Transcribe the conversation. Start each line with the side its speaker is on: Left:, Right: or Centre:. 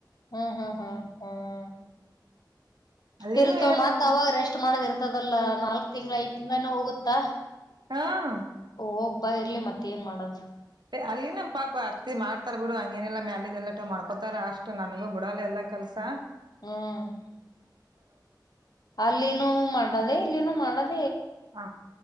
Left: ಹ್ಮ್ ಹ್ಮ್ ಹ್ಮ್ ಹ್ಮ್
Right: ಅಲ್ಲಿನೂ
Left: ಇರ್ಲ್ ತೋ
Right: ಏನ್
Left: ಮತ್
Right: ನನ್
Left: ಅವಾಗ ರೆಷ್ಟ ಮಾಡದ ಇರ್ತದಲ್ಲ. ನಾಲ್ಕಕ್ ತಿಂಗಳ ಐದ್ ತಿಂಗಳನ ಹೋಗುತ್ತಾ
Right: ಹಾ
Left: ಹೋಗ್ಬಾ ಇರ್ಲಿ ಮತ್ತೇನ್. ಮಾಡದು
Right: ಅಲ್ಲಿ ನಮ್ಮ ಪಾಪ ಅತ್ತಿ ಮಾಡ್ತಾರ ಬಿಡು ಹಂಗೇನಿಲ್ಲ ಮ್ಯಾಲಿಂದು ಎಲ್ಲಟ ಮಾಡ್ಕೋತಾರ ಅಷ್ಟು ನನಗೂ ಬಿಡೋಲ್ಲ ಎಲ್ಲ ಕೆಲಸ.
Left: ಹ್ಮ್ ಅಲ್ಲಿನೂ ಮಾಡದೇ ಇಲ್ಲಿನೂ ಮಾಡದ.
Right: ಹ